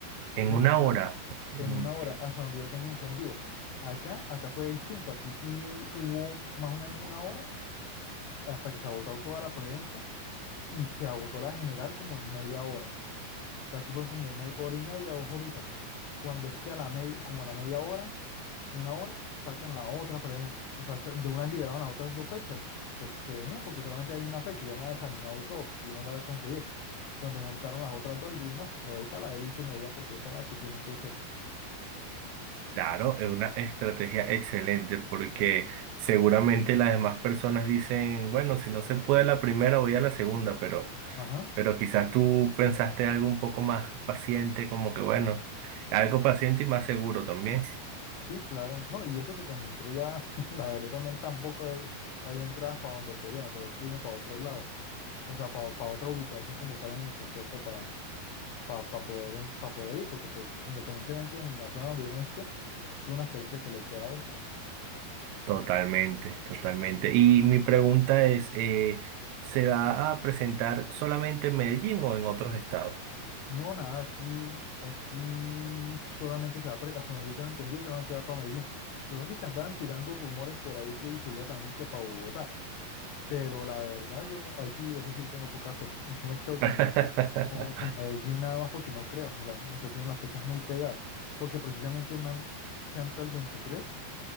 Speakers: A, on the left; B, on the right.
A: cosa
B: En
A: impresionante,
B: una hora, incre-
A: en una hora, hasta donde yo tengo entendido. Acá, acá fue distinto, aquí sí hubo más o menos una hora hasta que se agotó toda la preventa y se agotó la general como en media hora. O sea, aquí fueron como media, hora y media, dos horitas. Cuando es que a la media, como a la media hora, una hora, sacan la otra preventa. O sea, se- de unas liberaron las otras dos fechas que, as- que venía porque solamente había una fecha. Yo me había desanimado y todo, porque yo no la iba a conseguir. Cuando montaron las otras dos, yo dije, no, me voy para la del último día porque esa es la que tiene que ser.
B: claro, es una estrategia excelente porque seguramente las demás personas dicen, bueno, si no se puede la primera, voy a la segunda, pero...
A: Ajá,
B: Pero quizás tú pensaste algo un poco más paciente, como que bueno, algo paciente y más seguro también.
A: sí, claro. No, y eso que cuando entré ya, <laughs> la verdad también tampoco eh, había entradas para donde quería, me tuvo que irme para otro lado. o sea, para otra ubicación como tal en el concierto, para poder, en- pa poder ir, porque pues independientemente en la zona donde uno esté, es una experiencia que le queda a uno.
B: Totalmente, totalmente. Y mi pregunta es, eh, ¿se va a presentar solamente en Medellín o en otros estados?
A: No, nada, aquí, aquí solamente se va, pre- hasta donde yo tengo entendido, solamente va para Medellín. Según dice que andaban tirando rumores por ahí que se iba también disque para Bogotá, pero la verdad yo no, ahí sí, ese sí le tengo poca fe. <laughs> Yo me quedo con,
B: <laughs>
A: con, con Medellín nada más porque no creo, ya, o sea, tienen las fechas muy pegadas, porque precisamente el man canta el 23